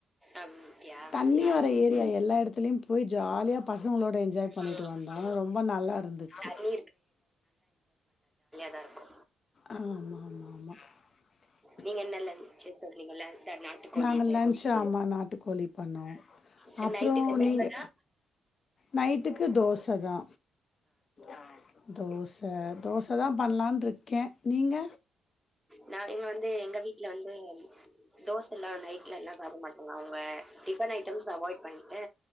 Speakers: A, in the centre; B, on the left.
A: அப்டியா
B: தண்ணி
A: ம்
B: வர ஏரியா எல்லா இடத்துலயு போய் ஜாலியா பசங்களோட என்ஜாய் பண்ணிட்டு
A: ஆமா
B: வந்தோ ரொம்ப நல்லா இருந்துச்சு
A: தண்ணி தருக்கு
B: ஆ ஆமா ஆமா ஆமா ஆ
A: நீங்க என்னல்லஞ்ச் சொன்னீங்ல இந்த நாட்டுக்கோழி
B: நாங்க
A: இது
B: லன்ச் ஆமா நாட்டுக்கோழி பண்ணோ
A: சரி
B: அப்புறோ
A: நைட்டுக்கு டிஃபனா
B: நீங்க நைட்டுக்கு தோச தா ஆ தோச தோசதா பன்லான்டு இரு கே நீங்க
A: நா இங்க வந்து எங்க வீட்ல வந்து தோச எல்லாம் நைட்ல எல்லாம் சாப்பட மாட்டோ அவங்க டிபன் ஐட்டம்ஸ் அவாய்ட் பண்ணிட்டு